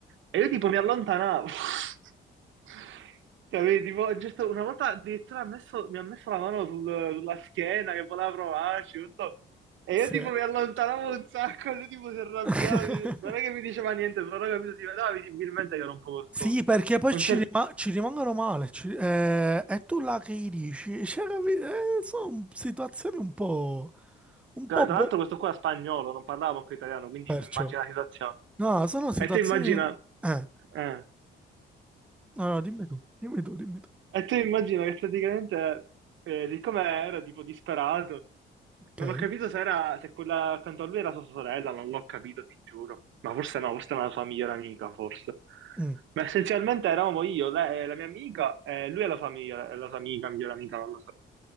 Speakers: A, on the right; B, in the centre.
A: E io tipo mi allontanavo. <laughs> Capito? Tipo, giusto una volta addirittura ha messo- mi ha messo la mano sul- sulla schiena che voleva provarci, tutto. E
B: Sì,
A: io tipo mi allontanavo un sacco, e lui tipo si arrabbiava,
B: <laughs>
A: mi- non è che mi diceva niente, però capito, si vedeva visibilmente che era un poco scosso.
B: Sì, perché poi
A: Non
B: ci,
A: c'è-
B: rima- ci rimangono male. ci- eh, e tu là che gli dici? Cioè, capi- eh, sono situazioni un po'. un
A: Tra
B: po'
A: tra
B: boh,
A: l'altro questo qua era spagnolo, non parlava manco italiano, quindi
B: perciò.
A: tu immagina la situazione.
B: No, sono situazioni.
A: E tu immagina...
B: Eh,
A: eh.
B: no, no, dimmi tu, dimmi tu, dimmi tu.
A: E tu immagina che praticamente, eh, siccome era tipo disperato,
B: Ok,
A: non ho capito se era, se quella accanto a lui era sua sorella, non l'ho capito, ti giuro. Ma forse no, forse era la sua migliore amica, forse.
B: mm,
A: Ma essenzialmente eravamo io, lei, eh, la mia amica, e lui e la sua amica, la sua amica, migliore amica, non lo so.